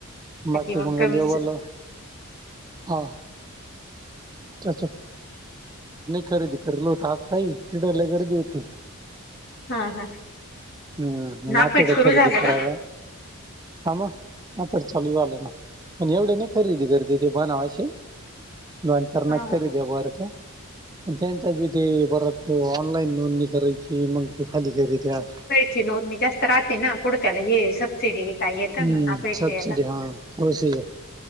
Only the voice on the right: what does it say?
बाकी
मंग
लेवलं हो. <unintelligible> खरेदी करलो होतो आपण तिथं लई गर्दी होती.
हम्म.
नाफेड
खरेदी
करावा
हा मग नाफेड चालू झालं ना. म्हणजे एवढी नाही खरेदी करते म्हणाव अशी दोन, चार नग
खरेदी कर त्या. त्यांच्या बी ते परत ऑनलाईन नोंदणी करायची मंग ते खाली करीत्या.
हम्म
<unintelligible>